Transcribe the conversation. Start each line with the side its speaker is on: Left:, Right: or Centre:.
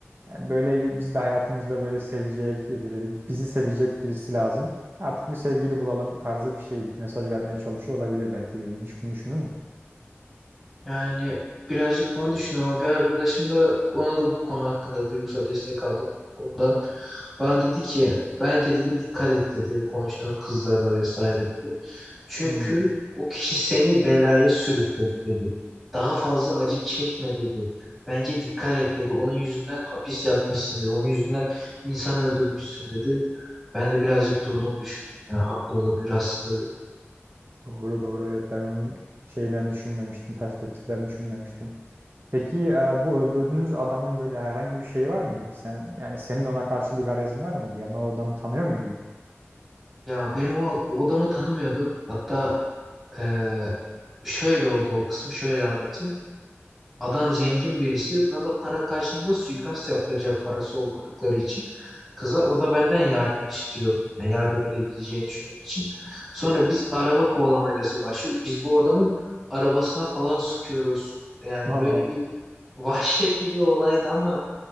Right: Yani böyle biz de hayatımızda böyle sevecek, bir de bizi sevecek birisi lazım. Artık bir sevgili bulalım tarzı bir şey, bir mesaj vermeye çalışıyor olabilir belki beynin. Hiç bunu düşündün mü?
Centre: Yani birazcık bunu düşündüm ama bir arkadaşım da ona da bu konu hakkında duygusal destek aldım. Ondan bana dedi ki bence dedi dikkat et dedi konuştuğun kızlarla vesaire dedi. Çünkü
Right: Hmm,
Centre: o kişi seni belaya sürükledi dedi. Daha fazla acı çekme dedi. Bence dikkat et dedi. Onun yüzünden hapis yatmışsın dedi. Onun yüzünden insan öldürmüşsün dedi. Ben de birazcık durdum düşündüm ya haklı olabilir aslında dedi.
Right: doğru doğru evet ben onun şeyden düşünmemiştim, perspektiften düşünmemiştim. Peki e, bu öldürdüğünüz adamın böyle herhangi bir şeyi var mıydı? Sen yani senin ona karşı bir garezin var mıydı? Yani o adamı tanıyor muydun?
Centre: Ya benim o o adamı tanımıyordum. Hatta Ee, şöyle oldu o kısmı şöyle anlatayım. Adam zengin birisi buna da para karşılığında suikast yaptıracak parası olmadıkları için. Kıza o da benden yardım istiyor. Yani yardım edebileceğini düşündüğüm için. Sonra biz araba kovalamacası başlıyor. Biz bu adamın arabasına falan sıkıyoruz. Yani
Right: <laughs> Allah
Centre: böyle
Right: Allah.
Centre: bir <laughs> vahşetli bir olaydı ama